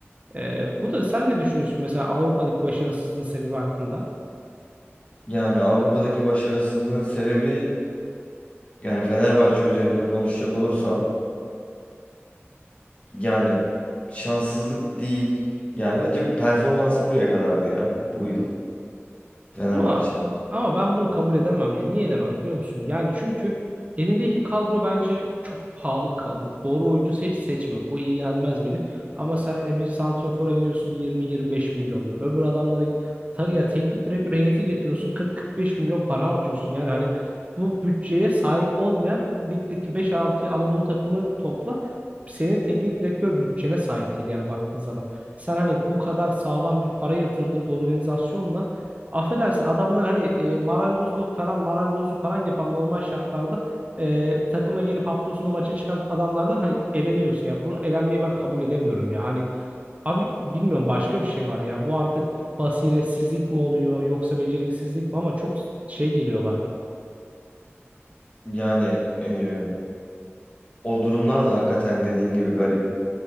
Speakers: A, on the right (about 30°); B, on the left (about 30°).
A: E, bu da sen ne düşünüyorsun mesela Avrupa'daki başarısızlığın sebebi hakkında?
B: Yani Avrupa'daki başarısızlığın sebebi yani Fenerbahçe üzerinde konuşacak olursam Yani şanssızlık değil. Yani bence performansı buraya kadardı ya bu yıl Fenerbahçe'nin.
A: Ama ama ben bunu kabul edemem ya. Niye edemem biliyor musun? Yani çünkü elindeki kadro bence çok pahalı bir kadro. Doğru oyuncu seç seçme. Bu ilgilenmez beni. Ama sen hani bir santrofora gidiyorsun 20-25 milyonlar. Öbür adamlara ta- ya teknik direktör heyeti getiriyorsun 40-45 milyon para harcıyorsun. Yani hani bu bütçeye sahip olmayan ligdeki beş altı Anadolu takımını topla. Senin teknik direktör bütçene sahip değil yani baktığın zaman. Sen hani bu kadar sağlam bir para yatırdığın organizasyonla Affedersin adamlar hani e, marangozluk falan marangozluk falan yapan normal şartlarda e, takıma gelip hafta sonu maça çıkan adamlardan hani eleniyorsun ya. Bunu elenmeyi ben kabul edemiyorum ya. Hani abi bilmiyorum başka bir şey var ya. Bu artık basiretsizlik mi oluyor yoksa beceriksizlik mi ama çok şey geliyor bana.
B: Yani e, o durumlar da hakikaten dediğin gibi garip.